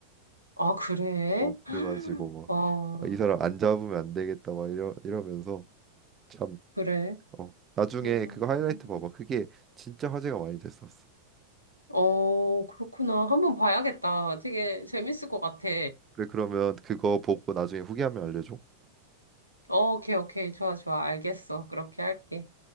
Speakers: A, on the left; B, on the right.
A: 아, 그래?
B: 어 그래가지고
A: <gasps>
B: 막
A: 와,
B: 아, 이 사람 안 잡으면 안 되겠다 막 이러 이러면서 참
A: 그래.
B: 어, 나중에
A: 음,
B: 그거 하이라이트 봐봐. 그게 진짜 화제가 많이 됐었어.
A: 어, 그렇구나. 한번 봐야겠다. 되게 재밌을 것 같아.
B: 그래, 그러면 그거 보고 나중에 후기하면 알려줘.
A: 어, 오케이, 오케이. 좋아, 좋아. 알겠어. 그렇게 할게.